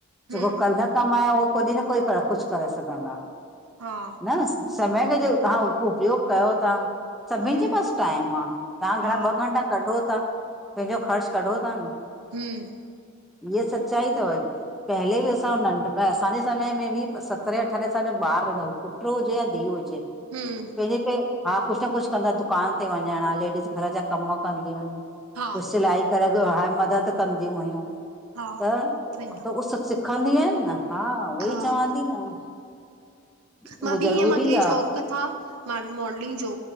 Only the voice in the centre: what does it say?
जेको कल्ह कम आहे उहो कोॾहिं न कोई कुझु करे सघंदा।
न समय जो तव्हां उपयोग कयो ता। सभिनि
जे पास टाइम आ तव्हां घणा
ॿ घंटा कढो था पंहिंजो ख़र्च कढो था न।
इय सच्चाई तव। पहले बि असां नंढपिया असांजे समय में बि सतरें अठारहें साल जो ॿार पुट्र हुजे या धीउ हुजे।
<unintelligible> हा कुझु न कुझु कंदा दुकान ते वञण आ लेडीस घर जा कम कंदयू। कुझु
सिलाई करे <unintelligible> मदद कंदी हुयूं।
त,
त उह सभु सिखंदियूं आहिनि न? हा, उहो
ई चवां थी न। उहो
ज़रूरी
आ